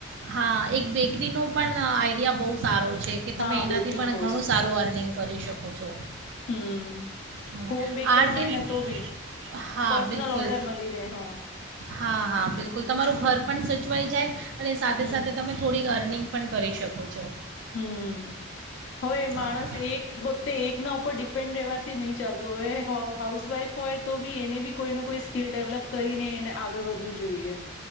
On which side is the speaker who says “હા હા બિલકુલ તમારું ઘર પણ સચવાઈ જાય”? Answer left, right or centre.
Right